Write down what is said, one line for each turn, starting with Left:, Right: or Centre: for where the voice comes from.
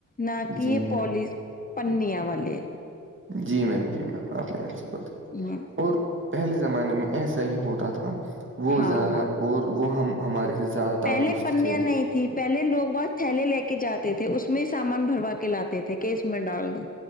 Left: نہ کہ
Right: جی
Left: <unintelligible>
Right: میم
Left: پنیا والے
Right: جی میم جی میم آپ نے اچھی بات
Left: ہوں
Right: اور پہلے زمانے میں ایسا ہی ہوتا تھا وہ
Left: ہاں
Right: زیادہ
Left: ہاں
Right: وہ وہ ہم ہمارے سے زیادہ
Left: پہلے
Right: تندرست
Left: پنیاں
Right: تھے
Left: نہیں تھی پہلے لوگ بت تھیلے لے کے جاتے تھے اس میں ہی سامان بھروا کے لاتے تھے کہ اس میں ڈال دو